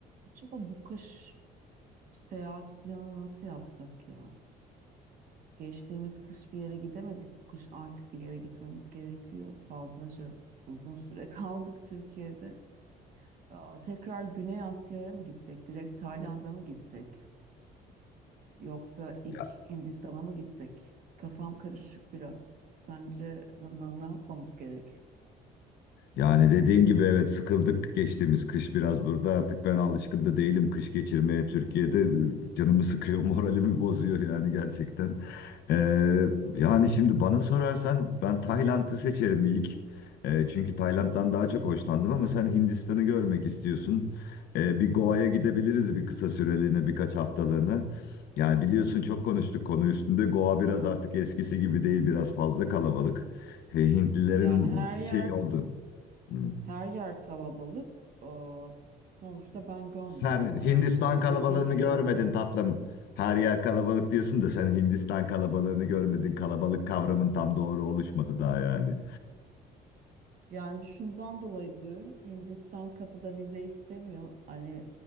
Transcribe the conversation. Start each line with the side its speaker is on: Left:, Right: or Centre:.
Right: Acaba bu kış seyahat planı nasıl yapsak ya? Geçtiğimiz kış bir yere gidemedik. Bu kış artık bir yere gitmemiz gerekiyor. Fazlaca uzun süre <laughs> kaldık Türkiye'de. Aa, tekrar Güney Asya'ya mı gitsek? Direkt Tayland'a mı gitsek? Yoksa ilk
Left: Ya
Right: Hindistan'a mı gitsek? Kafam karışık biraz. Sence n- n- ne yapmamız gerek?
Left: Yani dediğin gibi evet sıkıldık geçtiğimiz kış biraz burada artık ben alışkın da değilim kış geçirmeye Türkiye'de canımı sıkıyor <laughs> moralimi bozuyor yani gerçekten. Ee, yani şimdi bana sorarsan ben Tayland'ı seçerim ilk Ee, çünkü Tayland'dan daha çok hoşlandım ama sen Hindistan'ı görmek istiyorsun. Ee, bir Goa'ya gidebiliriz bir kısa süreliğine birkaç haftalığına. Yani biliyorsun çok konuştuk konu üstünde Goa biraz artık eskisi gibi değil biraz fazla kalabalık. Ee, Hintlilerin
Right: Yani her
Left: şey
Right: yer
Left: oldu. Hmm.
Right: her yer kalabalık. Aa, sonuçta ben görmedim.
Left: Sen
Right: Bana
Left: Hindistan
Right: her türlü
Left: kalabalığını
Right: ilginç
Left: görmedin
Right: gelecek.
Left: tatlım. Her yer kalabalık diyorsun da sen Hindistan kalabalığını görmedin. Kalabalık kavramın tam doğru oluşmadı daha yani.
Right: Yani şundan dolayı diyorum Hindistan kapıda vize istemiyor. Hani